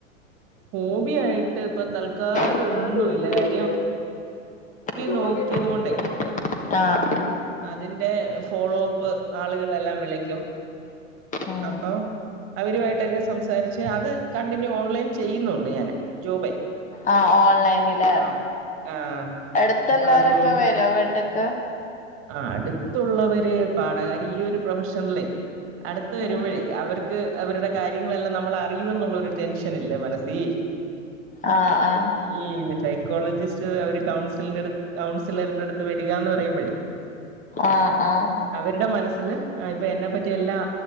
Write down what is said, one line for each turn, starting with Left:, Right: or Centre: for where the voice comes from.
Right: ഹോബിയായിട്ട് പ്പ തൽക്കാലം
Left: ന്നാലും
Right: ഒന്നു
Left: ഒന്നുല്ല
Right: ഇല്ല കാര്യം
Left: ജോലി
Right: നോക്കിയത്
Left: നോക്കിയതോണ്ടെ
Right: കൊണ്ടേ
Left: ആഹ് ആഹ്
Right: അതിന്റെ ഫോളോപ്പ് ആള്കളെല്ലാം വിളക്കും
Left: ഉം
Right: അപ്പം അവരുവായിട്ടൊക്കെ സംസാരിച്ച് അത് കണ്ടിന്യൂ ഓൺലൈൻ ചെയ്യുന്നുണ്ട് ഞാന് ജോബൈ
Left: ആഹ് ഓൺലൈനില്
Right: ആ ആഹ്
Left: എടുത്തുള്ളവരൊക്കെ
Right: അപ്പ അത്കൊണ്ട്
Left: വരോ വീട്ട്ക്ക്
Right: ആഹ് അട്ത്തുള്ളവര് പാഠാ കാര്യം ഈ ഒരു പ്രൊഫഷൻല്ലേ അട്ത്ത്
Left: ആഹ്
Right: വരുമ്പഴേ അവർ ക്ക് അവരുടെ കാര്യങ്ങളെല്ലാം നമ്മൾ അറിയും എന്നുള്ള ഒരു ടെൻഷൻ ഇല്ലേ മനസ്സീ
Left: ആഹ് ആഹ്
Right: ഈ സൈക്കോളജിസ്റ്റ് അവര് കൗൺസിലിന്റെ അടു കൗൺസിലറിന്റെ അടുത്ത് വരിക്കാന്ന് പറയുമ്പഴേ
Left: ആഹ് ആഹ്
Right: അവര്ടെ മനസ്സില് ആ ഇപ്പ എന്നെപ്പറ്റി എല്ലാം